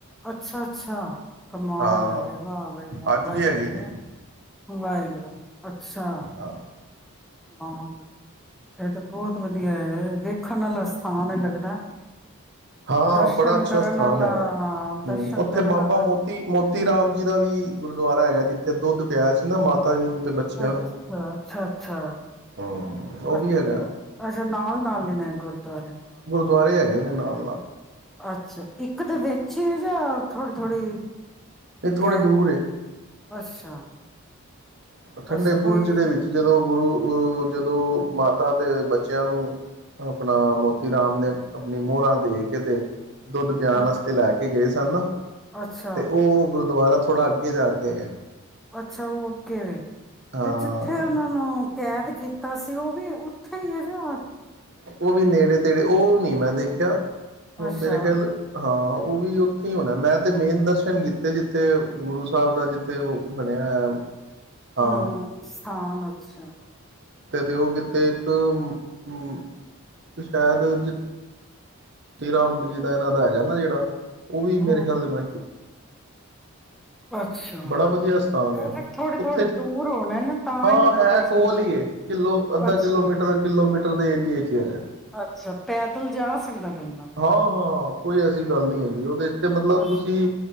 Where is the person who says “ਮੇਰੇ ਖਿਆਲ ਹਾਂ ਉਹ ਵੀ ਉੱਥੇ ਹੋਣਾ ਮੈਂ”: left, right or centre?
Right